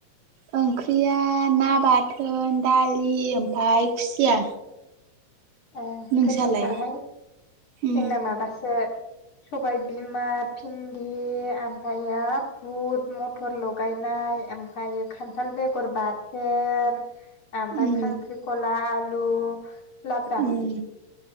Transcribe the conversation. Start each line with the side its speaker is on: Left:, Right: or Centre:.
Right: ओंख्रिया ना बाथोन दालि ओमफाय खुसिया।
Left: ए
Right: नोंसालाय
Left: गोथावथारहाय
Right: उम
Left: जोंना माबासो सबाइ बिमा भिन्दि ओमफायो फुट मथर लगायनाय ओमफ्रायो खान्थाल बेगर बाथोन ओमफाय
Right: उम
Left: खांख्रिखला आलु। लाब्रा
Right: उम